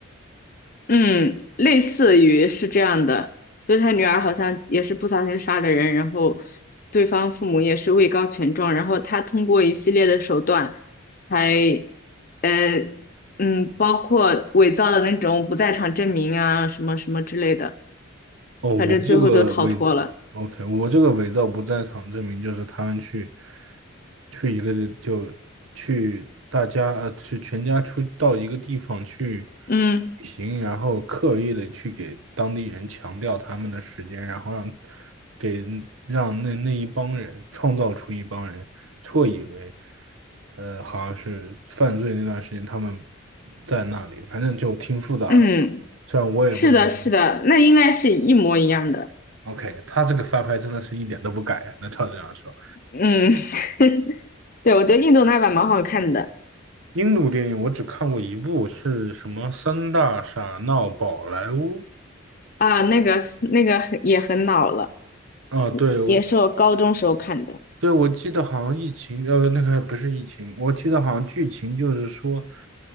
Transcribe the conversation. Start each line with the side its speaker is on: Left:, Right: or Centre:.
Left: 嗯，类似于是这样的，就是他女儿好像也是不小心杀了人，然后对方父母也是位高权重，然后他通过一系列的手段还呃嗯，包括伪造的那种不在场证明啊什么什么之类的，
Right: 哦，我这个位。
Left: 反正最后就逃脱了。
Right: 伪 OK，我这个伪造不在场证明就是他们去去一个地就去大家呃去全家出到一个地方去
Left: 嗯
Right: 旅行，然后刻意的去给当地人强调他们的时间，然后让给让那那一帮人创造出一帮人错以为呃好像是犯罪那段时间他们在那里，反正就挺复杂的，
Left: 嗯，
Right: 虽然我也不能理解。
Left: 是的，是的，那应该是一模一样的。
Right: OK，他这个翻拍真的是一点都不改啊，那照这样说，
Left: 嗯，<laughs> 对，我觉得印度那版蛮好看的
Right: 印度电影我只看过一部，是什么《三大傻闹宝莱坞》
Left: 啊，那个那个很也很老了，
Right: 啊？对，我
Left: 也是我高中时候看的。
Right: 对我记得好像疫情，呃，那个不是疫情，我记得好像剧情就是说，